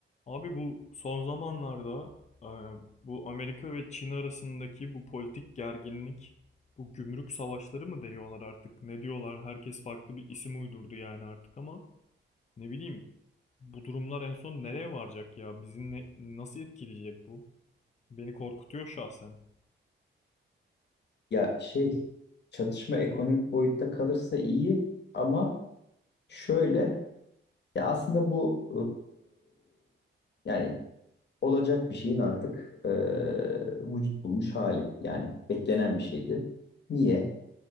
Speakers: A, on the left; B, on the left.
A: Abi bu son zamanlarda e, bu Amerika ve Çin arasındaki bu politik gerginlik, bu gümrük savaşları mı deniyorlar artık? Ne diyorlar? Herkes farklı bir isim uydurdu yani artık ama ne bileyim bu durumlar en son nereye varacak ya? Bizi ne- nasıl etkileyecek bu? Beni korkutuyor şahsen.
B: Ya şey çatışma ekonomik boyutta kalırsa iyi ama şöyle ya aslında bu eee, yani olacak bir şeyin artık eee, vücut bulmuş hali yani beklenen bir şeydi. Niye?